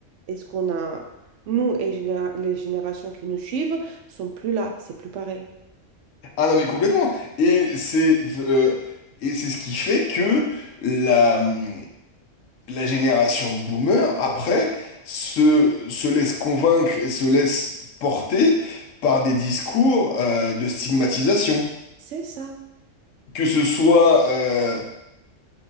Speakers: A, on the right (about 70°); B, on the left (about 80°).
A: est-ce qu'on a, nous et généra- les générations qui nous suivent, sont plus là, c'est plus pareil.
B: Ah non mais complètement. Et c'est euh, et c'est ce qui fait que la hum, la génération de boomers, après, se, se laisse convaincre et se laisse porter par des discours euh, de stigmatisation.
A: C'est ça.
B: Que ce soit euh,